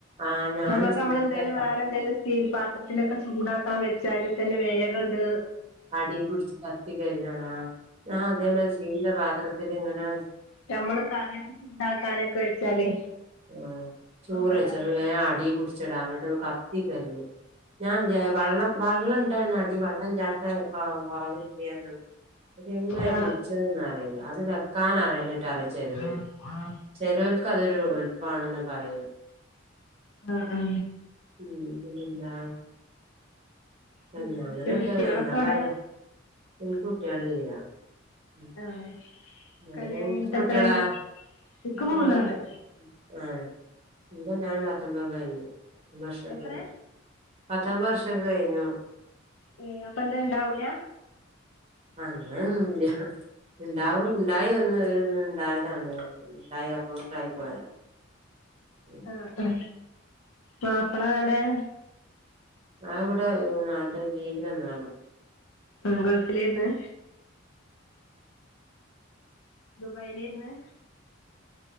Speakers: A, on the right; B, on the left.
A: ആഹ് ഞാന്
B: ഞമ്മക്
A: സ്റ്റീലിന്റെ
B: ഞമ്മളെന്തേലും വേറെന്തേലും സ്റ്റീൽ പാത്രത്തിനൊക്കെ ചൂടാക്കാൻ വെച്ചാൽ തന്നെ വേഗാട്ട്
A: അടീ പിടിച്ച് കത്തി കരിഞ്ഞാണോ ആ ഞാൻ അതേമാരി സീലിന്റെ പാത്രത്തിലിങ്ങനെ
B: ഞമ്മള് കറിയയൊക്കെ ചൂടാക്കാനൊക്കെ വെച്ചാല്
A: ആ ചോറ്
B: ഒക്കെ ഉണ്ടാവുമല്ലോ
A: വെച്ച ന്നട്ട് വേ അടീ പുട്ച്ചെടാ ങ്ങട്ട് കത്തി കര്ഞ്ഞു ഞാൻ വിജാ വള്ളം വള്ളം ഇണ്ടാണ് അടീ വള്ളം ഇല്ലാത്ത കൊറവില്ലേനും അത് എങ്ങനെ
B: ആ
A: പിട്ചത് അറിയില്ല അത് വെക്കാൻ അറിയാഞ്ഞിട്ടാറ് ചെലോർക്ക്
B: ആ
A: ചെലോൽക്കതൊരു എൾപ്പാണെന്ന് പറയും
B: ആ ആ
A: ഉം പിന്നെന്താ
B: പിന്നെ
A: ആ
B: എന്തൊക്കെ
A: അങ്ങനൊകെ
B: കുട്ടികളൊക്കെ
A: ഞമ്
B: അവിടെ
A: പറ ഇൻക് കുട്ട്യാളില്ല മ്മ്
B: ആഹ് കല്യാണം
A: ഓൾകെത്ര
B: കഴിഞ്ഞിട്ട്
A: കുട്ട്യാളാ
B: എത്രായി ഇക്ക്
A: മ് ഒരാൾ
B: മൂന്നാള്
A: ആ <unintelligible> ഓര് വർഷം
B: എത്രേ
A: കഴിഞ്ഞു പത്തൊൻമ്പത് വർഷൊക്കെ കഴിഞ്ഞോ
B: ഏ അപ്പൊ എന്താ ഇണ്ടാവൂല
A: അങ്ങനൊന്നുല്ല ഇണ്ടാവും ഇണ്ടായി ഒന്ന് ഒന്ന് ഇണ്ടായതാണ് ഇണ്ടായി അപോർട്ടായി പോയതാ ഉം
B: ആ ആ മാപ്പള ഏടയാ
A: ആ ഇവ്ടെ നാട്ട് ലീവ്നന്നാണ്
B: ആ ഗൾഫിലേര്ന്ന് ദുബായിലേര്ന്ന്